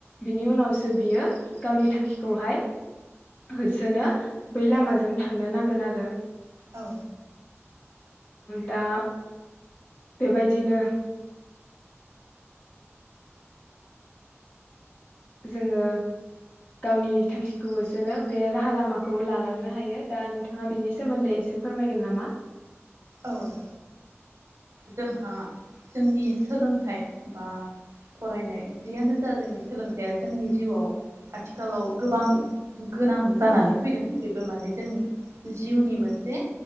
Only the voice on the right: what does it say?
औ
औन जोंहा जोंनि सोलोंथाइ बा फरायनाय जियानो जा जोंनि सोलोंथाइया जोंनि जिउआव आथिखालाव गोबां गोनां जानानै फैदों बेबो माने जोंनि जिउनि मोनसे